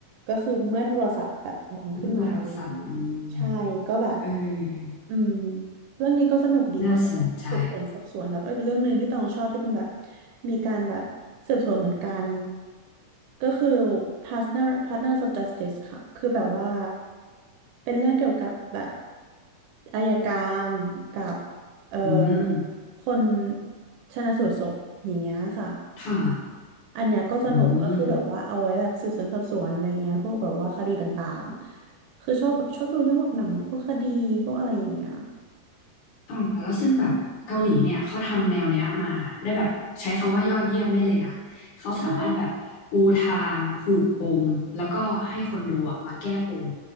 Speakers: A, on the right; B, on the left.
A: ก็คือเมื่อโทรศัพท์แบบดังขึ้นมาอะไรอย่างเงี้ยใช่ก็แบบ
B: เบอร์โทรศัพท์อืมเออ
A: อืมเรื่องนี้ก็สนุกดีเพราะเป็นแบบสืบสวนสอบสวนแล้วก็อีกเรื่องหนึ่งที่ตองชอบที่เป็นแบบ
B: น่าสนใจ
A: มีการแบบสืบสวนเหมือนกันก็คือ Partner Partners of Justice ค่ะคือแบบว่าเป็นเรื่องเกี่ยวกับแบบอัยการกับเอ่อ
B: อืม
A: คนชันสูตรศพอย่างเงี้ยค่ะ
B: ค่ะ
A: อันเนี้ยก็สนุกก็คือแบบว่าเอาไว้แบบสืบสวนสอบสวนอะไรเงี้ยพวกแบบว่าคดีต่างๆคือชอบแบบชอบดูเรื่องแบบหนังพวกคดีพวกอะไรอย่างเงี้ย
B: อืม อ่าแล้วซึ่งแบบเกาหลีเนี่ยเขาทำแนวเนี้ยมาได้แบบใช้คำว่ายอดเยี่ยมได้เลยนะเขาสามารถแบบปูทางผูกปมแล้วก็ให้คนดูอะมาแก้ปม
A: ใช่